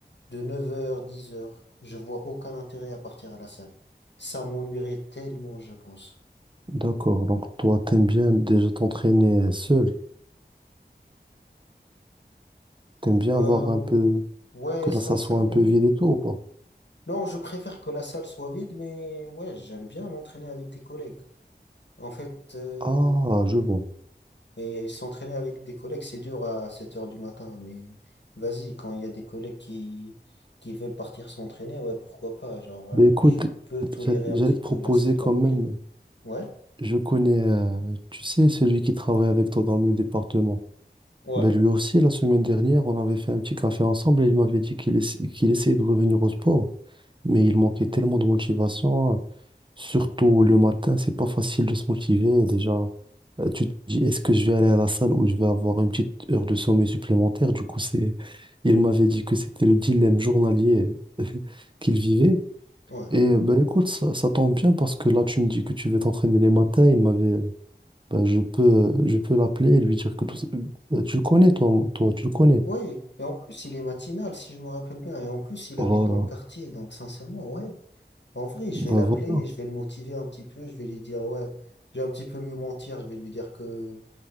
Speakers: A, on the left; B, on the right.
A: de neuf heures dix heures je vois aucun intérêt à partir à la salle. Ça m'ennuierait tellement, je pense.
B: d'accord. Donc, toi, t'aimes bien déjà t'entraîner euh, seul. T'aimes bien
A: Euh,
B: avoir un peu...
A: ouais,
B: que là,
A: sincèrement.
B: ça soit un peu vide et tout, ou pas?
A: Non, je préfère que la salle soit vide, mais ouais, j'aime bien m'entraîner avec des collègues. En fait, euh,
B: Ah, je vois.
A: Et s'entraîner avec des collègues, c'est dur à 7 heures du matin, mais vas-y, quand il y a des collègues qui, qui veulent partir s'entraîner, ouais, pourquoi pas? Genre, euh,
B: Ben écoute,
A: je peux tolérer
B: j'a- j'allais
A: un petit
B: te
A: peu
B: proposer
A: la salle
B: quand
A: remplie.
B: même,
A: Ouais,
B: je connais, euh, tu sais, celui qui travaille avec toi dans le même département.
A: ouais,
B: Ben lui aussi, la semaine dernière, on avait fait un petit café ensemble et il m'avait dit qu'il essa- qu'il essayait de revenir au sport, mais il manquait tellement de motivation, surtout le matin, c'est pas facile de se motiver. Déjà, euh, tu te dis, est-ce que je vais aller à la salle ou je vais avoir une petite heure de sommeil supplémentaire? Du coup, c'est, il m'avait dit que c'était le dilemme journalier <laughs> qu'il vivait.
A: ouais.
B: Et euh, ben écoute, ça, ça tombe bien parce que là, tu me dis que tu veux t'entraîner les matins. Il m'avait, ben, je peux, je peux l'appeler et lui dire que tout ça- ben, tu le connais, toi, toi, tu le connais.
A: Oui, et en plus, il est matinal, si je me rappelle bien. Et en plus, il habite
B: Voilà.
A: dans le quartier, donc sincèrement, ouais. En vrai, je
B: Ben
A: vais l'appeler,
B: voilà.
A: et je vais le motiver un petit peu, je vais lui dire, ouais, je vais un petit peu lui mentir, je vais lui dire que,